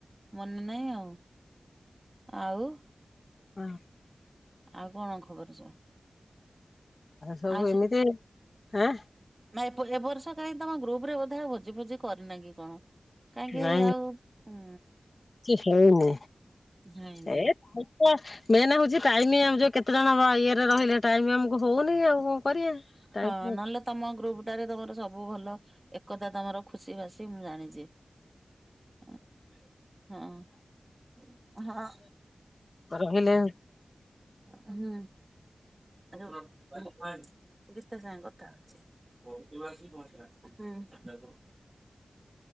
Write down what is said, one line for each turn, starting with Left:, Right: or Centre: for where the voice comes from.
Right: ମନେ ନାହିଁ ଆଉ। ଆଉ
Left: ହଁ।
Right: ଆଉ କଣ ଖବର ସବୁ।
Left: ସବୁ
Right: ଆଉ ସେ
Left: ଏମିତି ଆଁ
Right: ନା ଏ ଏବ ବର୍ଷ କାହିଁ ତମ ଗ୍ରୁପ ରେ ବୋଧେ ଭୋଜି ଫୋଜି କରି ନାଁ କି କଣ କାହିଁକି
Left: ନାଇଁ
Right: ଆଉ ହୁଁ
Left: କିଛି ହେଇନି
Right: ହେଇନି
Left: ଏ ମେନ୍ ହଉଛି ଟାଇମ ଆମ ଯୋଉ କେତେ ଜଣ ବା ଇଏରେ ରହିଲେ ଟାଇମ ଆମକୁ ହଉନି ଆଉ। କରିବା। ଟାଇମ
Right: ହଁ ନହେଲେ ତମ ଗ୍ରୁପ ଟାରେ ତମର ସବୁ ଭଲ ଏକତା ତମର ଖୁସି ବାସି ମୁଁ ଜାଣିଛି। ହଁ ହଁ ହଁ।
Left: ରହିଲେ
Right: ହୁଁ। ଗୀତା ସାଙ୍ଗେ କଥା ହଉଚି। ହୁଁ ହଁ।